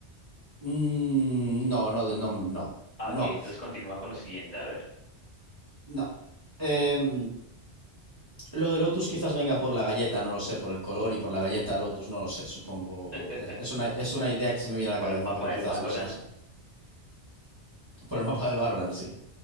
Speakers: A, on the right; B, on the left.
A: no, no, no, no,
B: Ah,
A: no,
B: Ok, entonces continúa con lo siguiente. A ver,
A: no. Em, Lo de Lotus quizás venga por la galleta, no lo sé, por el color y por la galleta Lotus, no lo sé, supongo.
B: <laughs>
A: Es, es una, es una idea que se me viene a
B: por
A: la cabeza,
B: el mapa
A: pero
B: del
A: quizás
B: Valorant,
A: no sea así. <laughs> Por el mapa del barro sí.